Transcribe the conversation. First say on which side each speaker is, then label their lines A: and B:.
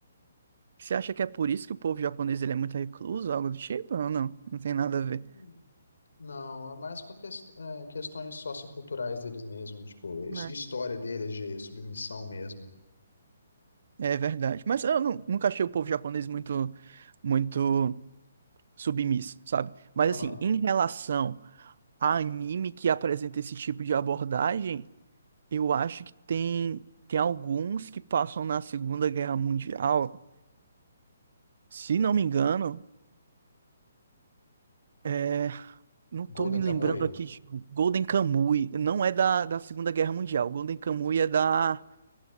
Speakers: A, on the right (about 60°); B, on the left (about 85°).
A: Você acha que é por isso que o povo japonês ele é muito recluso, algo do tipo? Ou não? Não tem nada a ver.
B: Hum, Não, é mais com ques- é, questões socioculturais deles mesmos, tipo, his-
A: né?
B: história deles de submissão mesmo.
A: É verdade. Mas eu nu- nunca achei o povo japonês muito, muito submisso, sabe? Mas
B: Aham.
A: assim, em relação a anime que apresenta esse tipo de abordagem, eu acho que tem, tem alguns que passam na Segunda Guerra Mundial. Se não me engano, é, não tô
B: Golden
A: me lembrando
B: Kamuy?
A: aqui de Golden Kamuy. Não é da, da Segunda Guerra Mundial. Golden Kamuy é da.